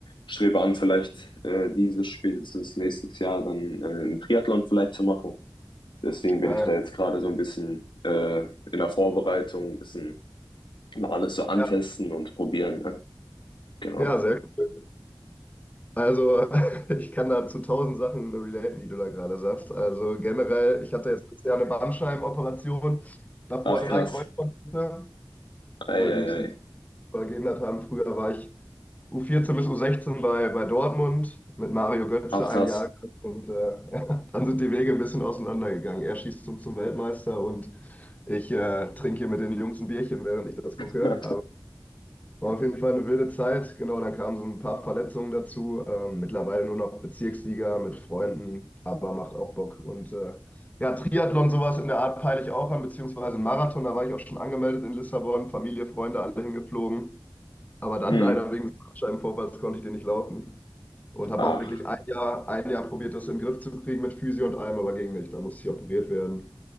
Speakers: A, on the left; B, on the left.
A: strebe an, vielleicht äh, dieses spätestens nächstes Jahr dann äh, einen Triathlon vielleicht zu machen. Deswegen
B: geil.
A: bin ich da jetzt gerade so ein bisschen äh, in der Vorbereitung, ein bisschen mal alles so antesten
B: Ja,
A: und probieren. Ne? Genau.
B: ja, sehr cool. Also, <laughs> ich kann da zu tausend Sachen relaten, die du da gerade sagst. Also generell, ich hatte jetzt letztes Jahr eine Bandscheibenoperation, davor
A: Ach krass.
B: drei Kreuzbandrisse,
A: Ei,
B: äh, die
A: ei,
B: mich so
A: ei.
B: ein bisschen verhindert haben. Früher war ich U14 bis U16 bei, bei Dortmund mit Mario Götze
A: Ach krass.
B: ein Jahr und äh, <laughs> ja, dann sind die Wege ein bisschen auseinandergegangen. Er schießt zum, zum Weltmeister und ich äh, trinke hier mit den Jungs ein Bierchen, während ich das gucke.
A: <laughs>
B: War auf jeden Fall eine wilde Zeit. Genau, dann kamen so ein paar Verletzungen dazu. Ähm, mittlerweile nur noch Bezirksliga mit Freunden, aber macht auch Bock. Und äh, ja, Triathlon, sowas in der Art peile ich auch an, beziehungsweise einen Marathon. Da war ich auch schon angemeldet in Lissabon. Familie, Freunde, alle hingeflogen. Aber dann
A: Mhm.
B: leider wegen des Bandscheibenvorfalls konnte ich den nicht laufen. Und habe
A: Ach,
B: auch wirklich ein Jahr, ein Jahr probiert, das in den Griff zu kriegen mit Physio und allem, aber ging nicht. Da musste ich operiert werden.